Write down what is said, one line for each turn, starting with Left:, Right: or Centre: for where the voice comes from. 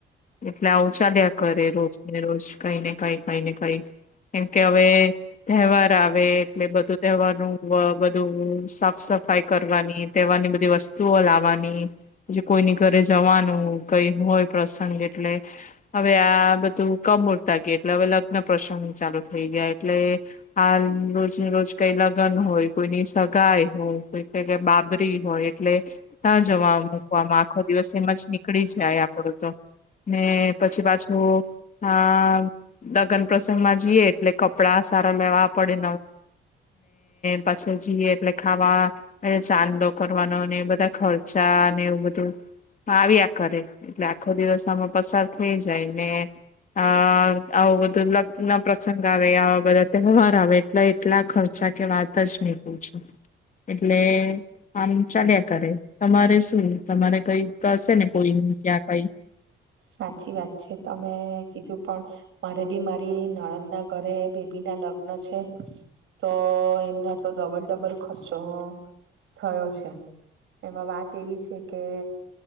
Left: એટલે આ ઉચાાલ્યા કરે રોજ ને રોજ કઈને કઈ કઈ ને કઈ કેમકે હવે તહેવાર આવે હવે એટલે બધું તહેવાર બધું સાફ સફાઈ કરવાની તહેવારની બધી વસ્તુઓ લાવવાની જે કોઈની ઘરે જવાનું કઈ હોય પ્રસંગ એટલે હવે આ બધું કમરતા ગય એટલે હવે લગ્ન પ્રસંગ ચાલુ થઈ ગયા એટલે હાલ રોજ રોજ કઈ લગ્ન હોય કોઈની સગાઈ હોય કોઈ કઈઈ બાબરી હોય એટલે ના જવા મૂકવામાં આખો દિવસ એમાં જ નીકળી જાય આપડું તો ને પછી પાછું આ દગન પ્રસંગ માં જઈએે એટલે કપડા સારા લેવા પડે. પછી જીએ એટલે ખાવા એ ચાંદો કરવાનો એ બધા ખર્ચા એવું બધું આવ્યા કરે એટલે આખો દિવસ આમાં પસાર થઈ જાય ને અ આવું બધું લગન ના પ્રસંગ આવે આવા બધા તહેવાર આવે. એટલે એટલા ખર્ચા કે વાત જ નીકૂ છું એટલે આમ ચાલ્યા કરે તમારે શું તમારે કઈ હશે ને કોઈ ક્યાં કઈ
Right: સાચી વાત છે તમે કીધું પણ મારે બી મારી નણન ના ઘરે બેબી ના લગ્ન છે તો એમના તો ડબલ ડબલ ખર્ચો થયો છે એમાં વાત એવી છે કે